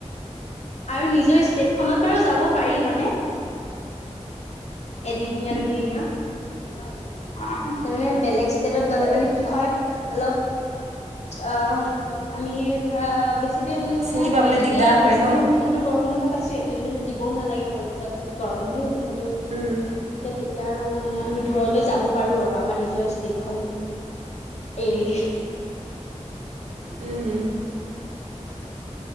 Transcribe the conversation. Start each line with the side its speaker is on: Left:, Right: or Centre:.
Left: আৰু নিজৰ ষ্টেট খনত বাৰু যাব পাৰি হয়নে। এদিনীয়া, দুদিনীয়া। <inaudible> তাৰ মানে বেলেগ ষ্টেটত গ'লে মানে কি হয় অলপ অ', আমি ধৰা বেছি দিন মানে
Right: চিনি পাবলৈ
Left: এতিয়া
Right: দিগদাৰ হয়
Left: বেছি
Right: ন
Left: দিন যিহেতু গৰম বন্ধ পাইছো এটেডেঞ্চ দিব নালাগে কলেজত গৰম বন্ধে যিহেতু।
Right: উম,
Left: গতিকে তেতিয়া আৰু মানে আমি
Right: উম,
Left: দূৰলৈ যাব পাৰো আৰু আমাৰ নিজৰ ষ্টেট খন এৰি
Right: উম, উ।